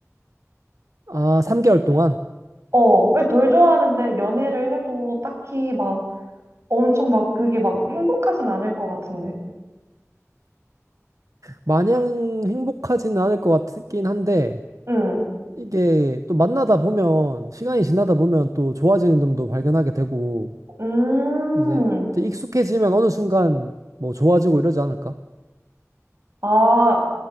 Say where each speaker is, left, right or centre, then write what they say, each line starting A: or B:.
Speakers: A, on the right; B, on the right.
A: 아, 3개월 동안?
B: 어, 왜 덜 좋아하는데 연애를 해도 딱히 막 엄청 막 그게 막 행복하진 않을 것 같은데.
A: 마냥 행복하지는 않을 것 같긴 한데,
B: 응.
A: 이게 또 만나다 보면, 시간이 지나다 보면 또 좋아지는 점도 발견하게 되고,
B: 음.
A: 이제, 이제 익숙해지면 어느 순간 뭐 좋아지고 이러지 않을까?
B: 아,